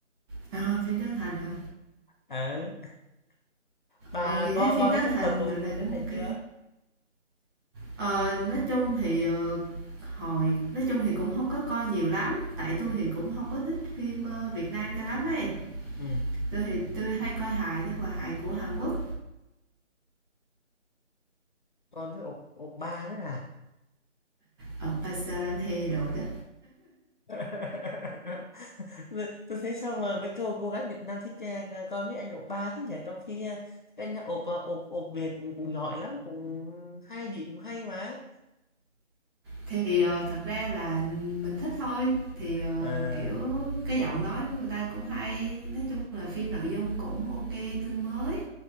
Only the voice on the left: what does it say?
ừ. bà
có
coi
hết các
tập của
phim
của
Trấn
Thành chưa
ừ.
coi với ột ột ba nữa à
<laughs> tôi thấy sao mà mấy cô cô gái Việt Nam thích à, coi mấy anh ột ba thế nhỉ trong khi à, các anh ột à, ột ột Việt cũng giỏi lắm cũng hay gì cũng hay mà
Ờ,